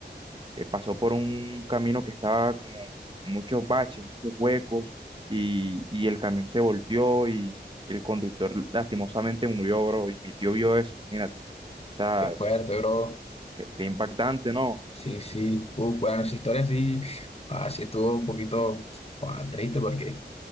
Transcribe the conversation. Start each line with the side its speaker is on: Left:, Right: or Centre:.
Right: eh, pasó por un camino que estaba como muchos baches, muchos huecos y, y el camión se volteó y el conductor lastimosamente murió, bro, y mi tío vio eso, imagínate. O sea,
Left: Qué fuerte, bro.
Right: Qué, qué impactante, ¿no?
Left: Sí, sí. Uf, bueno, esa historia sí, ah, sí estuvo un poquito, ah, triste porque.